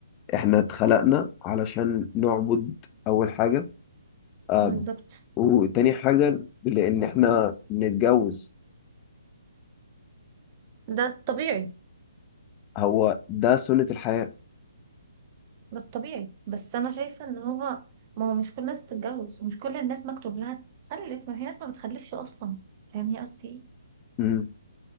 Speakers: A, on the left; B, on the right.
A: احنا اتخلقنا علشان نعبد اول حاجه آه،
B: بالظبط
A: وتاني حاجة لأن إحنا نتجوز
B: ده الطبيعي
A: هو ده سنة الحياة
B: ده الطبيعي بس انا شايفه ان هو ما هو مش كل الناس بتتجوز ومش كل الناس مكتوب لها تخلف ما في ناس ما بتخلفش اصلا فاهمني قصدي ايه
A: امم